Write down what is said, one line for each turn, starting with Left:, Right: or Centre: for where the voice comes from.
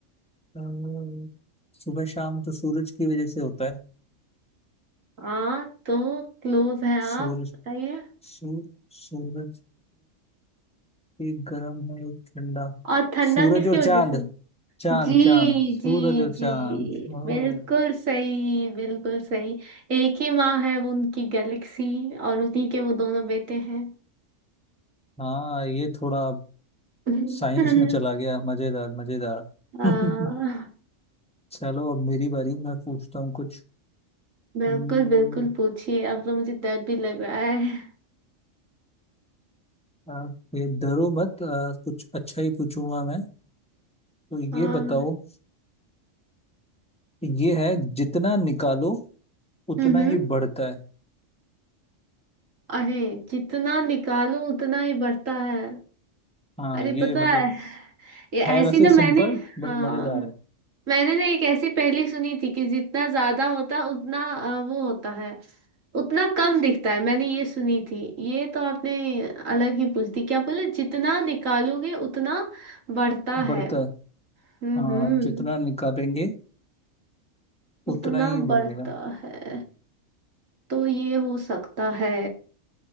Centre: अ, सुबह शाम तो सूरज की वजह से होता है
Right: हाँ तो क्लोज है आप
Centre: सूरज
Right: बताइए
Centre: सू, सूरज एक गर्म है एक ठंडा
Right: और ठंडा
Centre: सूरज
Right: किसकी
Centre: और
Right: वजह
Centre: चांद
Right: से
Centre: चांद
Right: जी
Centre: चांद सूरज
Right: जी
Centre: और चांद
Right: जी
Centre: ओ,
Right: बिल्कुल सही बिल्कुल सही एक ही माँ है वो उनकी गैलेक्सी और उन्हीं के वो दोनों बेटे हैं
Centre: हाँ ये थोड़ा
Right: <laughs>
Centre: साइंस में चला गया मजेदार मजेदार
Right: आ,
Centre: <laughs> चलो अब मेरी बारी मैं पूछता हूँ कुछ
Right: बिल्कुल
Centre: हम्म,
Right: बिल्कुल पूछिए अब तो मुझे डर भी लग रहा है
Centre: आप ये डरो मत आ, कुछ अच्छा ही पूछूंगा मैं तो ये
Right: हाँ
Centre: बताओ ये है जितना निकालो उतना
Right: हम्म हम्म।
Centre: ही बढ़ता है
Right: अरे जितना निकालो उतना ही बढ़ता है
Centre: हाँ
Right: अरे
Centre: ये
Right: पता
Centre: मतलब
Right: है ये
Centre: है
Right: ऐसी
Centre: वैसे
Right: ना
Centre: सिंपल
Right: मैंने
Centre: बट
Right: हाँ
Centre: मजेदार है
Right: मैंने ना एक ऐसी पहेली सुनी थी कि जितना ज्यादा होता है उतना अ, वो होता है उतना कम दिखता है मैंने ये सुनी थी ये तो आपने अलग ही पूछ दी क्या बोले जितना निकालोगे उतना बढ़ता
Centre: बढ़ता
Right: है
Centre: है
Right: हम्म
Centre: हाँ
Right: हम्म
Centre: आप जितना निकालेंगे
Right: उतना
Centre: उतना ही ये
Right: बढ़ता
Centre: बढ़ेगा
Right: है तो ये हो सकता है